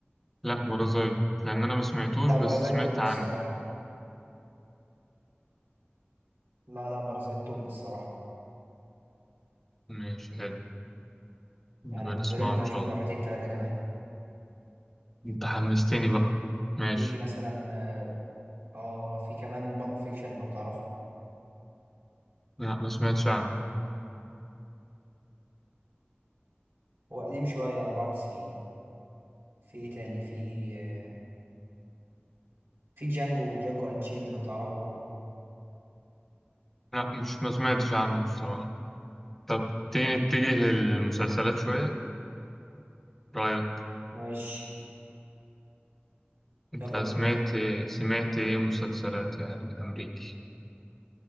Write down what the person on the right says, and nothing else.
لا
بارازايت
توب
الصراحة لا لا بارازايت توب الصراحة
يعني بالنسبة
لي ممكن
اشوفه
مرتين ثلاثة كمان
في مثلا آه، اه في كمان بالب فيكشن لو تعرفه
هو قديم شوية 94 في ايه تاني في آه، في جانجو جانجو اند تشيند لو تعرفه برضو
ماشي
يلا
بينا